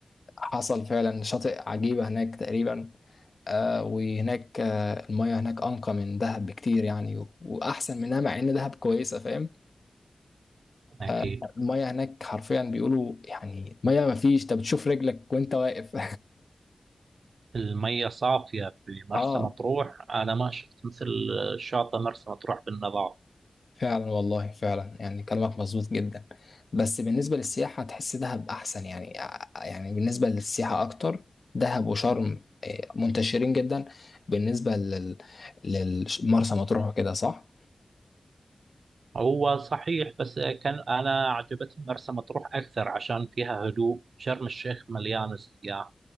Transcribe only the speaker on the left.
حصل فعلا شاطئ عجيبة هناك تقريبا آه وهناك آه المياه هناك انقى من دهب بكتير يعني و- واحسن منها مع ان دهب كويسة فاهم
آه، المية هناك حرفيا بيقولوا يعني مية ما فيش انت بتشوف رجلك وانت واقف
<laughs>
اه
فعلا والله فعلا يعني كلامك مظبوط جدا بس بالنسبة للسياحة تحس دهب احسن يعني آه، يعني بالنسبة للسياحة اكتر دهب وشرم منتشرين جدا بالنسبة لل للمرسى مطروح وكده صح